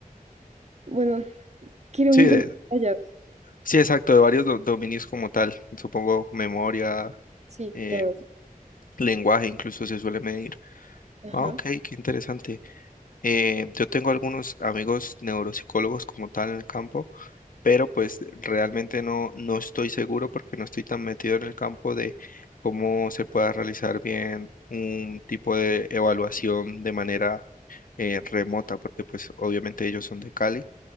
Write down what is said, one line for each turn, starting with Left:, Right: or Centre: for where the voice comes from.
Right: bueno, quiere
Left: sí,
Right: un informe
Left: de,
Right: detallado,
Left: Sí, exacto, de varios do- dominios como tal. Supongo memoria,
Right: sí,
Left: eh,
Right: todo eso.
Left: lenguaje incluso se suele medir.
Right: Ajá.
Left: Ah, ok, qué interesante. Eh, yo tengo algunos amigos neuropsicólogos como tal en el campo, pero pues realmente no, no estoy seguro porque no estoy tan metido en el campo de cómo se pueda realizar bien un tipo de evaluación de manera eh, remota, porque pues obviamente ellos son de Cali